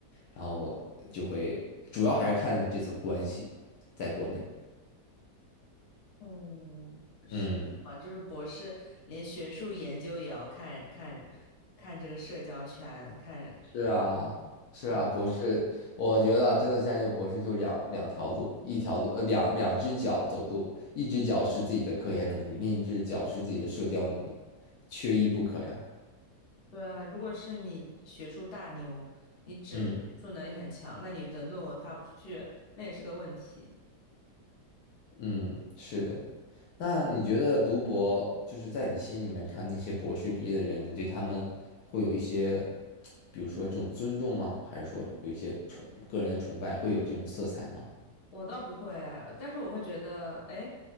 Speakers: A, on the left; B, on the left.
A: 然后就会主要还是看你这层关系，在国内，
B: 嗯，是什么？
A: 嗯。
B: 就是博士连学术研究也要看看看这个社交圈，看。
A: 是啊，是啊，
B: 嗯。
A: 博士，我觉得真的现在就博士就两两条路，一条路呃两两只脚走路，一只脚是自己的科研能力，另一只脚是自己的社交能力，缺一不可呀。
B: 对啊，如果是你学术大牛，你只学术能力很强，
A: 嗯
B: 那你的论文发不出去，那也是个问题。
A: 嗯，是的。那你觉得读博就是在你心里面看那些博士毕业的人，你对他们会有一些，比如说这种尊重吗？还是说有一些崇个人的崇拜，会有这种色彩吗？
B: 我倒不会，但是我会觉得，哎，